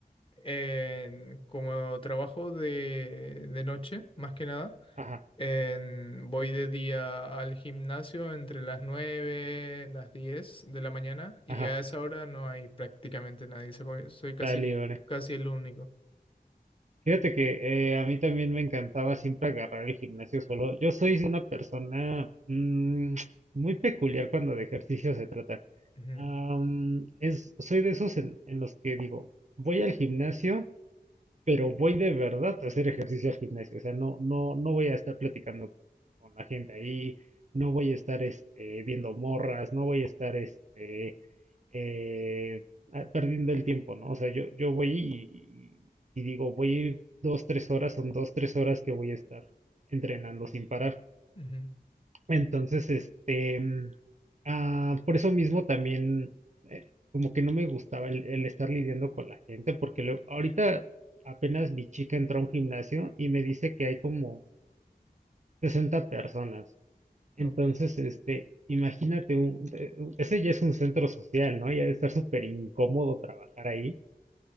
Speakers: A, on the left (about 35°); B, on the right (about 45°).
A: en- como trabajo de, de noche, más que nada,
B: ajá.
A: en- voy de día al gimnasio entre las 9, las 10 de la mañana y
B: Ajá,
A: a esa hora no hay prácticamente nadie. Soy, soy casi,
B: está libre.
A: casi el único.
B: Fíjate que eh, a mí también me encantaba siempre agarrar el gimnasio solo. Yo soy una persona mm, <sniffs> muy peculiar cuando de ejercicio se trata.
A: Ujú,
B: Am, es, soy de esos en, en los que digo, voy al gimnasio pero voy de verdad a hacer ejercicio al gimnasio, o sea, no, no, no voy a estar platicando con, con la gente ahí, no voy a estar este, viendo morras, no voy a estar este, eh, ah, perdiendo el tiempo, ¿no? O sea, yo, yo voy y, y digo, voy a ir dos, tres horas, son dos, tres horas que voy a estar entrenando sin parar.
A: ujú.
B: Entonces, este, mm, ah, por eso mismo también, eh, como que no me gustaba el, el estar lidiando con la gente, porque luego- ahorita apenas mi chica entró a un gimnasio y me dice que hay como 60 personas. Entonces,
A: Oh,
B: este, imagínate, un, eh, un- ese ya es un centro social, ¿no? Ya de estar súper incómodo trabajar ahí.